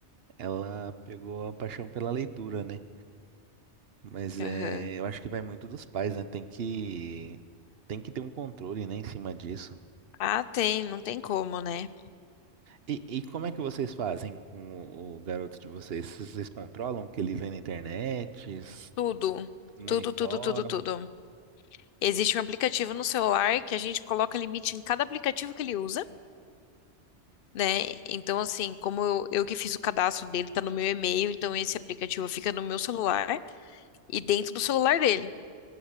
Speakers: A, on the right (about 60°); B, on the left (about 60°).
A: ela pegou a paixão pela leitura, né? Mas
B: aham.
A: é, eu acho que vai muito dos pais, né? Tem que, tem que ter um controle, né, em cima disso.
B: Ah, tem, não tem como, né?
A: E, e como é que vocês fazem com o, o garoto de vocês? Vocês vocês controlam o que ele vê na internet? Vocês
B: Tudo,
A: Monitoram?
B: tudo, tudo, tudo, tudo. Existe um aplicativo no celular que a gente coloca limite em cada aplicativo que ele usa. né? Então, assim, como eu, eu que fiz o cadastro dele, tá no meu e-mail, então esse aplicativo fica no meu celular e dentro do celular dele.